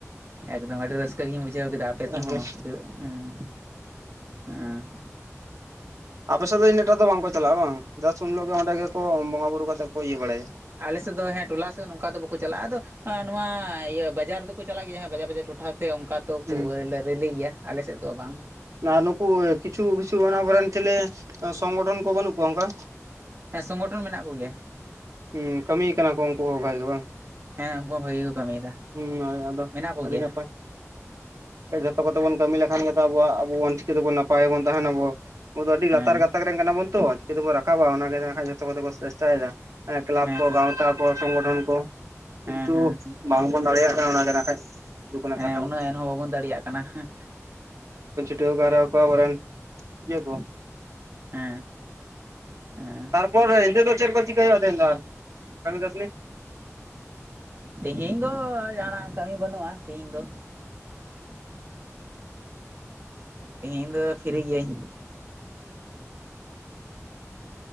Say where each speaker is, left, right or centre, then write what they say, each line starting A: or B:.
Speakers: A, on the right; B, on the right.
A: ᱮᱠᱫᱚᱢ ᱟᱹᱰᱤ ᱨᱟᱹᱥᱠᱟᱹᱜ ᱜᱤᱧ ᱵᱩᱡᱷᱟᱹᱣ ᱠᱮᱫᱟ ᱟᱯᱮ ᱥᱮᱫ
B: ᱦᱩᱸ
A: ᱦᱚᱸ ᱦᱩᱭᱩᱜ ᱦᱮᱸ ᱦᱮᱸ
B: ᱟᱯᱮ ᱥᱮᱫ ᱫᱚ ᱤᱱᱟᱹᱜ ᱴᱟᱜ ᱫᱚ ᱵᱟᱝ ᱠᱚ ᱪᱟᱞᱟᱜᱼᱟ᱾ ᱵᱟᱝ ᱡᱟᱥ ᱩᱱ ᱦᱤᱞᱳᱜ ᱜᱮ ᱚᱸᱰᱮ ᱜᱮ ᱠᱚ ᱵᱚᱸᱜᱟ ᱵᱩᱨᱩ ᱠᱟᱛᱮᱫ ᱜᱮ ᱠᱚ ᱤᱭᱟᱹ ᱵᱟᱲᱟᱭᱟ᱾
A: ᱟᱞᱮ ᱥᱮᱫ ᱫᱚ ᱦᱮᱸ ᱴᱚᱞᱟ ᱥᱮᱫ ᱱᱚᱝᱠᱟ ᱫᱚ ᱵᱟᱠᱚ ᱪᱟᱞᱟᱜᱼᱟ᱾ ᱟᱫᱚ ᱱᱚᱶᱟ ᱤᱭᱟᱹ ᱵᱟᱡᱟᱨ ᱫᱚ ᱠᱚ ᱪᱟᱞᱟᱜ ᱜᱮᱭᱟ ᱵᱟᱡ ᱵᱟᱡᱟᱨ ᱴᱚᱴᱷᱟ ᱛᱮ ᱚᱱᱠᱟ ᱫᱚ
B: ᱦᱩᱸ
A: ᱠᱚ ᱨᱤᱣᱞᱤ ᱜᱮᱭᱟ ᱟᱞᱮ ᱥᱮᱫ ᱫᱚ ᱵᱟᱝ᱾
B: ᱟᱨ ᱱᱩᱠᱩ ᱠᱤᱪᱷᱩ ᱠᱤᱪᱷᱩ ᱚᱱᱟᱵᱷᱚᱨᱟᱱ ᱪᱮᱞᱮ ᱥᱚᱝ ᱜᱚᱴᱷᱚᱱ ᱠᱚ ᱵᱟᱹᱱᱩᱜ ᱠᱚᱣᱟ ᱚᱱᱠᱟ
A: ᱦᱮᱸ ᱥᱚᱝ ᱜᱚᱴᱷᱚᱱ ᱢᱮᱱᱟᱜ ᱠᱚ ᱜᱮᱭᱟ᱾
B: ᱦᱚᱸ ᱠᱟᱹᱢᱤᱭ ᱠᱟᱱᱟ ᱠᱚ ᱩᱱᱠᱩ ᱦᱚᱸ ᱵᱷᱟᱜ ᱫᱚ ᱵᱟᱝ
A: ᱦᱮᱸ ᱩᱱᱠᱩ ᱦᱚᱸ ᱵᱷᱟᱜᱤ ᱜᱮ ᱠᱚ ᱠᱟᱹᱢᱤᱭᱮᱫᱟ
B: ᱦᱩᱭ ᱟᱫᱚ
A: ᱢᱮᱱᱟᱜ ᱠᱚᱜᱮᱭᱟ
B: ᱟᱹᱰᱤ ᱱᱟᱯᱟᱭ ᱦᱮᱸ ᱡᱷᱚᱛᱚ ᱠᱚᱛᱮ ᱵᱚᱱ ᱠᱟᱹᱢᱤ ᱞᱮ ᱠᱷᱟᱱ ᱜᱮ ᱟᱵᱚ ᱟᱵᱚ ᱚᱞ ᱪᱤᱠᱤ ᱛᱮ ᱵᱚᱱ ᱱᱟᱯᱟᱭ ᱟᱵᱚᱱ ᱛᱟᱦᱮ ᱱᱟᱵᱚᱱ ᱟᱹᱰᱤ
A: ᱦᱮᱸ
B: ᱞᱟᱛᱟᱨ ᱠᱟᱱᱟ ᱵᱚᱱ ᱛᱚ ᱪᱤᱠᱟᱹ ᱛᱮᱵ ᱨᱟᱠᱟᱵᱟ ᱚᱱᱟ ᱡᱷᱚᱛᱚ ᱠᱚ ᱛᱮ ᱪᱮᱥᱴᱟᱭᱮᱫᱟ ᱠᱮᱞᱟᱵ
A: ᱦᱮᱸ
B: ᱠᱚ
A: ᱥᱤᱥᱴᱟᱨ
B: ᱜᱟᱶᱛᱟ ᱠᱚ ᱥᱚᱝᱜᱚᱴᱷᱚᱱ ᱠᱚ
A: ᱦᱮᱸ
B: ᱠᱤᱱᱛᱩ
A: ᱦᱮᱸ
B: ᱵᱟᱝ ᱵᱚᱱ ᱫᱟᱲᱮ ᱭᱟᱜ ᱠᱟᱱᱟ ᱚᱱᱟᱛᱮ ᱱᱟ ᱠᱷᱟᱡ ᱱᱚᱠᱟᱱᱟ
A: ᱦᱮᱸ
B: ᱠᱟᱛᱷᱟ
A: ᱩᱱᱟᱹᱜ ᱮᱱᱦᱚᱸ ᱵᱟᱵᱚᱱ ᱫᱟᱲᱮᱭᱟᱜ ᱠᱟᱱᱟ ᱦᱮᱸ
B: <unintelligible> <unintelligible> ᱠᱚ ᱟᱵᱚᱨᱮᱱ ᱤᱭᱟᱹ ᱠᱚ᱾
A: ᱦᱮᱸ ᱦᱮᱸ ᱦᱮᱸ
B: ᱛᱟᱨᱯᱚᱨ ᱱᱤᱛᱚᱜ ᱫᱚ ᱪᱮᱫ ᱠᱚᱪ ᱪᱤᱠᱟ ᱦᱩᱭᱩᱜᱼᱟ ᱛᱤᱦᱤᱧ ᱫᱚ᱾ <unintelligible>
A: ᱛᱮᱦᱮᱧ ᱫᱚ ᱡᱟᱦᱟᱱᱟᱜ ᱠᱟᱹᱢᱤ ᱵᱟᱹᱱᱩᱜᱼᱟ ᱛᱮᱦᱮᱧ ᱫᱚ᱾ ᱛᱮᱦᱤᱧ ᱫᱚ ᱯᱷᱤᱨᱤ ᱜᱤᱭᱟᱹᱧ᱾